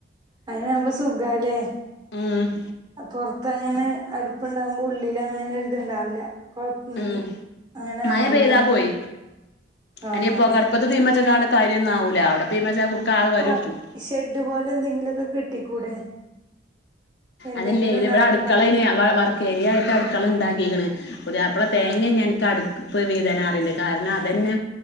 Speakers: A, on the right (about 25°); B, on the left (about 60°).
A: അയിനാവുമ്പോ സുഖല്ലേ
B: ഉം
A: പൊറത്തങ്ങെനേ. അടുപ്പുണ്ടാവുമ്പോ ഉള്ളിലങ്ങനെ ഒരിതുണ്ടാവില്ല. കൊഴപ്പം
B: ഉം
A: ഇത് അങ്ങനെ
B: മഴ
A: ആവില്ല
B: പെയ്താ പോയി
A: ആഹ്
B: അനി പൊകടുപ്പത്തെ തീമച് ങ്ങണ്ട് കര്യൊന്നാവൂല അവിടെ. തീമച്ചാ കുറുക്ക ആകെ
A: അപ്പൊ
B: കരി പിടിച്ചും
A: ഷെഡ് പോലെ എന്തെങ്കിലുമൊക്കെ കെട്ടിക്കൂടെ? എന്തെങ്കിലും
B: അതല്ലേ ത്
A: ടാർപ്പായി
B: വ്ടെ അടുക്കള ഏനി മ ശെരിയായിട്ട് അടുക്കളണ്ടാക്കിക്ക്ണ് പുതിയാപ്ല തേങ്ങേഞ്ഞി
A: ആഹ്
B: അനക് അടുക്ക് പ്പ് വീതന അറിണ്ട് കാരണം അതന്നെ